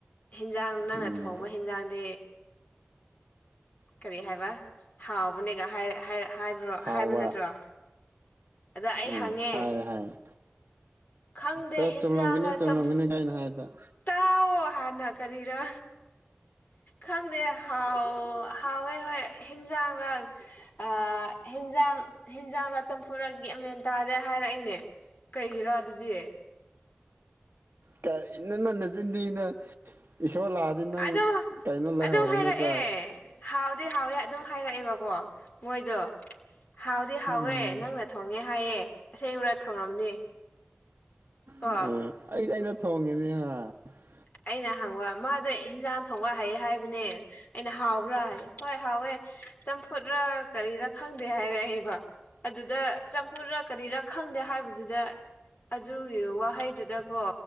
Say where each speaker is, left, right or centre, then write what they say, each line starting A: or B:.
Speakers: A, on the left; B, on the right.
A: ꯍꯤꯟꯖꯥꯡ ꯅꯪꯅ
B: ꯎꯝ
A: ꯊꯣꯡꯕ ꯍꯦꯟꯖꯥꯡꯗꯤ ꯀꯔꯤ ꯍꯥꯢꯕ ꯍꯥꯎꯕꯅꯦꯒ ꯍꯥꯢꯔ ꯍꯥꯢ ꯍꯥꯢꯕ꯭ꯔꯣ
B: ꯍꯥꯎꯕ
A: ꯍꯥꯢꯕ ꯅꯠꯇ꯭ꯔꯣ ꯑꯗ ꯑꯩ
B: ꯎꯝ
A: ꯍꯪꯉꯦ
B: ꯍꯥꯏ ꯍꯥꯏ
A: ꯈꯪꯗꯦ
B: ꯇ ꯆꯨꯝꯂꯝꯒꯅꯤ
A: ꯍꯦꯟꯖꯥꯡꯂ
B: ꯆꯨꯝꯂꯝꯒꯅꯤ
A: ꯆꯝ
B: ꯀꯥꯏꯅ ꯍꯥꯏꯗ
A: ꯇꯥꯎꯑꯣ ꯍꯥꯟꯅ ꯀꯔꯤꯔ ꯈꯪꯗꯦ ꯍꯥꯎꯑꯣ ꯍꯥꯎꯋꯦ ꯍꯣꯢ ꯍꯦꯟꯖꯥꯡꯂ ꯑ ꯍꯦꯟꯖꯥꯡ ꯍꯦꯟꯖꯥꯡꯂ ꯆꯝꯐꯨꯔ ꯒ꯭ꯌꯥꯟ ꯃꯦꯟ ꯇꯥꯗꯦ ꯍꯥꯢꯔꯛꯏꯅꯦ ꯀꯩꯒꯤꯔꯥ ꯑꯗꯨꯗꯤ
B: ꯀꯔꯤ ꯅ ꯅꯣꯢ ꯅꯆꯤꯟꯊꯤꯒꯅꯨ ꯏꯁꯣꯔ ꯂꯥꯛ ꯑꯗꯨ ꯅꯪ
A: ꯑꯗꯨꯝ
B: ꯀꯩꯅꯣ ꯂꯩꯍꯧꯔꯅꯦꯀꯣ
A: ꯑꯗꯨꯝ ꯍꯥꯏꯔꯛꯑꯦ ꯍꯥꯎꯗꯤ ꯍꯥꯎꯋꯦ ꯑꯗꯨꯝ ꯍꯥꯏꯔꯛꯑꯦꯕꯀꯣ ꯃꯣꯏꯗꯣ ꯍꯥꯎꯗꯤ ꯍꯥꯎꯋꯦ
B: ꯎꯝ
A: ꯅꯪꯅ ꯊꯣꯡꯉꯦ ꯍꯥꯏꯌꯦ ꯑꯁꯦꯡꯉꯨꯔ ꯊꯣꯡꯉꯝꯅꯦ ꯀꯣ
B: ꯎꯝ ꯑꯩ ꯑꯩꯅ ꯊꯣꯡꯉꯤꯅꯦ <unintelligible>
A: ꯑꯩꯅ ꯍꯪꯕ ꯃꯥꯗ ꯏꯟꯖꯥꯡ ꯊꯣꯡꯕ ꯍꯩ ꯍꯥꯏꯕꯅꯦ ꯑꯩꯅ ꯍꯥꯎꯕ꯭ꯔꯥ ꯍꯣꯏ ꯍꯥꯎꯋꯦ ꯆꯝꯐꯨꯠꯔ ꯀꯔꯤꯔꯥ ꯈꯪꯗꯦ ꯍꯥꯏꯔꯛꯑꯦꯕ ꯑꯗꯨꯗ ꯆꯝꯐꯨꯠꯔ ꯀꯔꯤꯔꯥ ꯈꯪꯗꯦ ꯍꯥꯏꯕꯗꯨꯗ ꯑꯗꯨꯒꯤ ꯋꯥꯍꯩꯗꯨꯗꯀꯣ